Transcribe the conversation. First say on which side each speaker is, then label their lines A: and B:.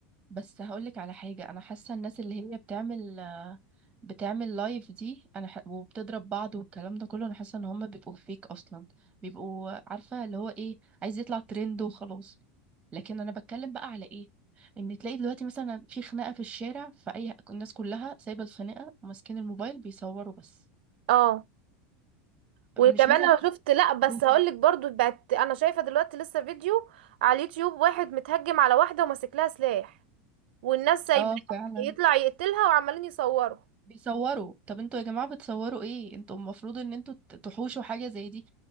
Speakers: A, on the right; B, on the right.
A: بس هقولك على حاجة أنا حاسة الناس اللي هي بتعمل آه، بتعمل لايف دي أنا ح... وبتضرب بعض والكلام ده كله أنا حاسة إن هما بيبقوا فيك أصلا بيبقوا عارفة اللي هو إيه عايز يطلع ترند وخلاص لكن أنا بتكلم بقى على إيه إن تلاقي دلوقتي مثلا في خناقة في الشارع فأي الناس كلها سايبة الخناقة وماسكين الموبايل بيصوروا بس
B: اه وكمان
A: مش مثلا
B: انا شفت لا بس
A: بوشو.
B: هقولك برضو بقت انا شايفه دلوقتي لسه فيديو على اليوتيوب واحد متهجم على واحده وماسك لها سلاح والناس سايباه
A: اه فعلا
B: يطلع يقتلها وعمالين يصوروا
A: بيصوروا طب انتوا يا جماعة بتصوروا ايه انتوا المفروض ان انتوا ت- تحوشوا حاجة زي دي